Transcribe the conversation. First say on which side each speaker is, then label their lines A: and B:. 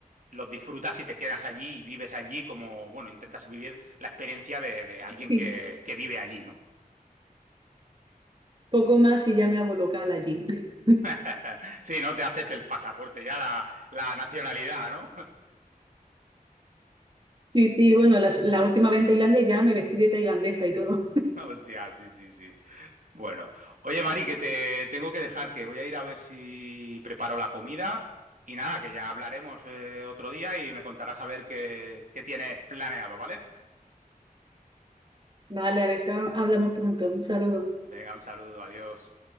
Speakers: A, on the right; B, on the right.
A: los disfrutas y te quedas allí y vives allí como, bueno, intentas vivir la experiencia de, de alguien
B: Sí.
A: que, que vive allí, ¿no?
B: Poco más y ya me hago local allí. <laughs>
A: <laughs> Sí, ¿no? Te haces el pasaporte ya, la, la nacionalidad, ¿no?
B: Sí, sí, bueno, las- la última vez en Tailandia ya me vestí de tailandesa y todo.
A: <laughs> Hostia, sí, sí, sí. Bueno, oye, Mari, que te tengo que dejar, que voy a ir a ver si preparo la comida y nada, que ya hablaremos eh, otro día y me contarás a ver qué, qué tienes planeado, ¿vale?
B: Vale, a ver si hablamos pronto. Un saludo.
A: Venga, un saludo, adiós.